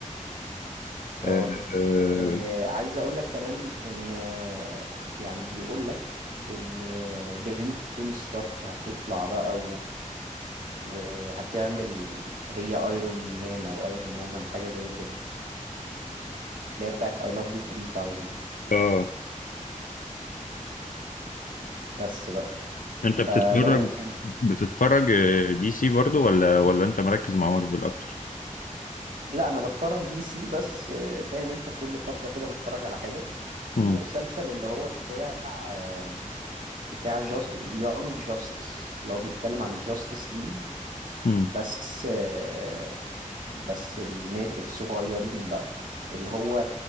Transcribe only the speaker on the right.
اه
آه، عايز اقول لك كمان ان آه، يعني بيقول لك ان آه، بنت توني ستارك هتطلع بقى و... وهتعمل هي ايرون مان او ايرون وومن حاجة زي كده اللي هي بتاعت I love you 3000
بس بقى
فده وكان
لا انا بتفرج دي سي بس آه، فاهم انت كل فتره كده بتفرج على حاجه في
المسلسل اللي هو بتاع آه، بتاع جاست يونج جاستس اللي هو بيتكلم عن الجاستس ليج
بس آه، بس الناس الصغيرين بقى اللي هو